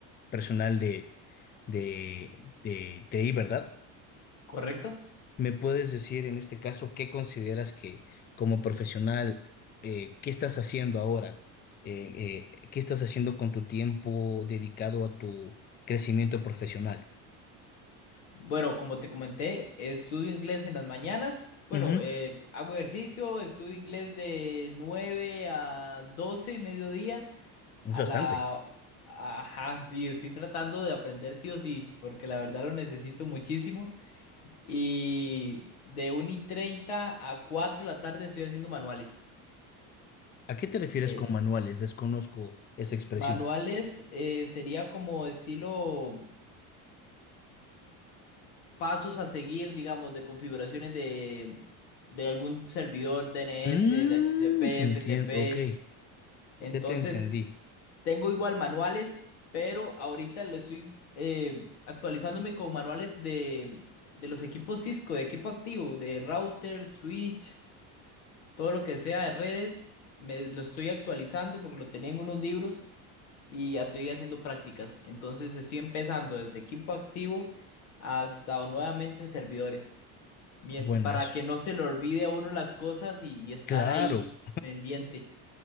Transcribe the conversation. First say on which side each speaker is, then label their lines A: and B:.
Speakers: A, on the left; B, on the left.
A: personal de, de, de TI, ¿verdad?
B: correcto.
A: ¿Me puedes decir en este caso qué consideras que como profesional, eh, qué estás haciendo ahora? Eh, eh, ¿qué estás haciendo con tu tiempo dedicado a tu crecimiento profesional?
B: Bueno, como te comenté, estudio inglés en las mañanas. Bueno,
A: Ujú,
B: eh, hago ejercicio, estudio inglés de 9 a 12, mediodía. A
A: Es bastante.
B: la... Ajá, sí, estoy tratando de aprender sí o sí, porque la verdad lo necesito muchísimo. Y de 1 y 30 a 4 de la tarde estoy haciendo manuales.
A: ¿A qué te refieres
B: De
A: con manuales? Desconozco esa expresión.
B: manuales eh, sería como estilo pasos a seguir, digamos, de configuraciones de, de algún servidor DNS,
A: Mm,
B: de DHCP,
A: te entiendo.
B: FTP.
A: Ok,
B: Entonces
A: ya te entendí.
B: Tengo igual manuales, pero ahorita lo estoy eh, actualizándome con manuales de, de los equipos Cisco, de equipo activo, de router, switch, todo lo que sea de redes. Me lo estoy actualizando porque lo tenía en unos libros y ya estoy haciendo prácticas. Entonces estoy empezando desde equipo activo hasta nuevamente en servidores. Bien,
A: Buenazo.
B: para que no se le olvide a uno las cosas y y estar
A: Claro.
B: ahí pendiente.